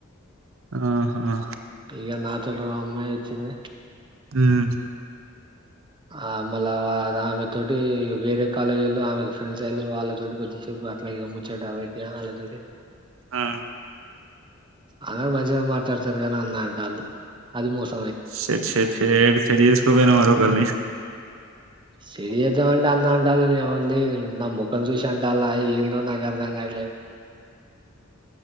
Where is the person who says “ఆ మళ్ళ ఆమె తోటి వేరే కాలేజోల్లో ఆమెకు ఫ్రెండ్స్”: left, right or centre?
Right